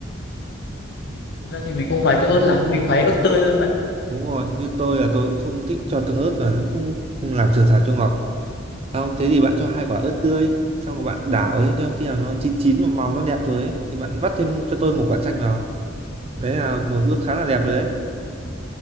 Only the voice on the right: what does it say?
đúng rồi như tôi là tôi cũng không thích cho tương ớt vào lúc làm sườn xào cho ngọt không thế thì bạn cho hai quả ớt tươi xong rồi bạn đảo lên cho khi nào nó chín chín và màu nó đẹp rồi ấy thì bạn vắt thêm cho tôi một quả chanh vào đấy là một bước khá là đẹp rồi đấy